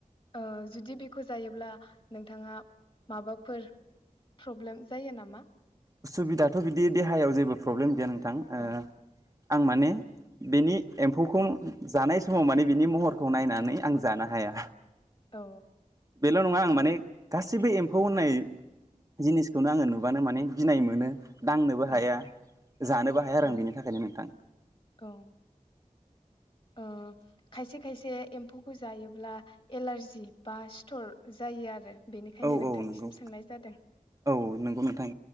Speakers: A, on the left (about 40°); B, on the right (about 25°).
A: ओ जुदि बेखौ जायोब्ला। नोंथाङा माबाफोर प्रब्लेम जायो नामा।
B: उसुबिदाथ' बिदि देहायाव जेबो प्रब्लेम गैयाान नां। थां ओ।
A: औ
B: आं माने बिनि एम्फौखौ जानाय समाव माने बिनि महरखौ नायनानै आं जानो हाया।
A: औ
B: बेल' नङा आं
A: ओं
B: माने गा सिबो एम्फौ होननाय जिनिसखौनो आङो नुबानो माने गिनाय मोनो। दांनोबो
A: औ
B: हाया जानोबो हाया आरो
A: औ
B: आं बिनि थाखायनो नोंथां।
A: औ ओ खायसे खायसे एम्फौखो जायोब्ला एलारजि बा सिथ'र जायो आरो बेनिखायनो
B: औ
A: नोंथांनिसिम
B: औ नंगौ
A: सोंनाय जादों
B: औ नोंगौ नोंथां